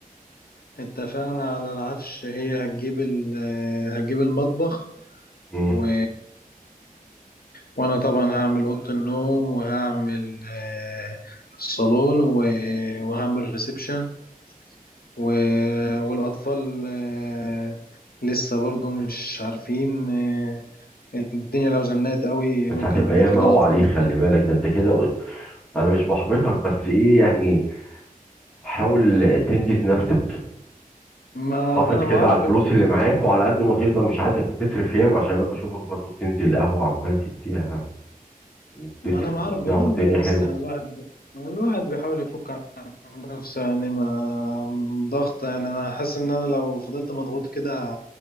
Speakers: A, on the left; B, in the centre.
A: اتفقنا على العفش هي هتجيب ال... هتجيب المطبخ
B: مم.
A: و... وانا طبعا هعمل اوضه النوم وهعمل آه، الصالون و... وهعمل ريسبشن و... والاطفال آه، لسه برضو مش عارفين آه، الدنيا لو زنقت قوي
B: بس
A: ممكن
B: هتبقى
A: نخلي
B: ياما قوي
A: الاطفال
B: عليه خلي بالك ده انت كده انا مش بحبطك بس ايه يعني حاول تنجز نفسك
A: ما
B: حافظ
A: انا
B: كده
A: معار
B: على الفلوس اللي معاك وعلى قد ما تقدر مش عايزك تصرف ياما عشان انا بشوفك برضو بتنزل القهوة عمال تديها وبتصرف
A: ما انا ما اعرف
B: وبتاع
A: بنعمل
B: والدنيا
A: ايه بس
B: حلوة
A: يعني الواحد الواحد بيحاول يفك عن نفسه يعني ما ضغط يعني انا حاسس ان انا لو فضلت مضغوط كده